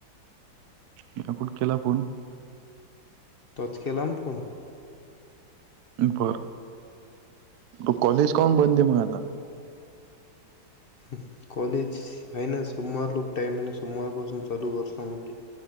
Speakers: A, on the right (about 70°); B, on the left (about 55°).
A: <unintelligible> केला फोन.
B: तोच केलान फोन.
A: बरं, म कॉलेज काऊन बंद आहे म आता.
B: हम, कॉलेज, आहे ना सोमवार लो टाइम आहे ना सोमवार पासून चालू करतो म्हनले.